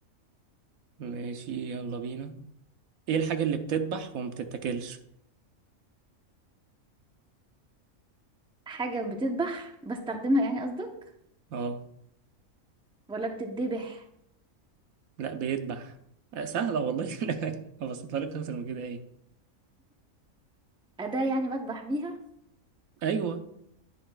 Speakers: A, on the right (about 80°); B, in the centre.
A: ماشي يلا بينا ايه الحاجة اللي بتدبح وما بتتاكلش
B: حاجة بتذبح بستخدمها يعني قصدك
A: اه
B: ولا بتتذبح
A: لا بيدبح آه، سهلة والله <laughs> هبسطها لك اكتر من كده ايه
B: أداة يعني بذبح بيها
A: ايوه